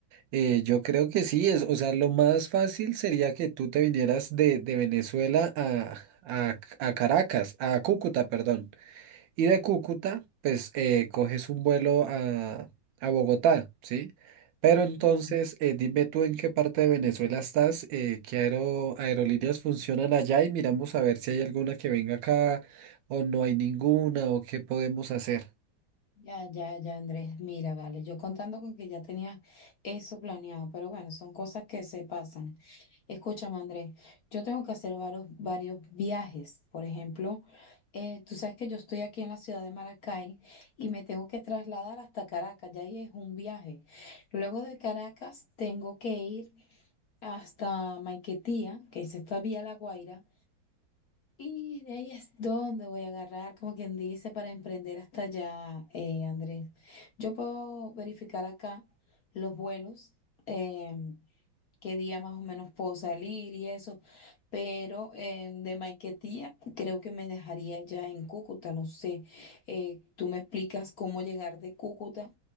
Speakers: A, on the right; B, on the left.
A: Eh, yo creo que sí, es, o sea, lo más fácil sería que tú te vinieras de, de Venezuela a, a- a Caracas, a Cúcuta, perdón. Y de Cúcuta, pues eh, coges un vuelo a, a Bogotá, ¿sí? Pero entonces,
B: Ya,
A: eh, dime tú en qué parte de Venezuela estás, eh, qué aero- aerolíneas funcionan allá y miramos a ver si hay alguna que venga acá o no hay ninguna o qué podemos hacer.
B: ya, ya, ya, Andrés, mira, vale, yo contando con que ya tenía eso planeado, pero bueno, son cosas que se pasan. Escúchame, Andrés, yo tengo que hacer varios, varios viajes. Por ejemplo, eh, tú sabes que yo estoy aquí en la ciudad de Maracay y me tengo que trasladar hasta Caracas, ya ahí es un viaje. Luego de Caracas tengo que ir hasta Maiquetía, que es esta vía La Guaira, y de ahí es donde voy a agarrar, como quien dice, para emprender hasta allá, eh, Andrés. Yo puedo verificar acá los vuelos. em, qué día más o menos puedo salir y eso, pero eh, de Maiquetía creo que me dejaría ya en Cúcuta, no sé, eh, tú me explicas cómo llegar de Cúcuta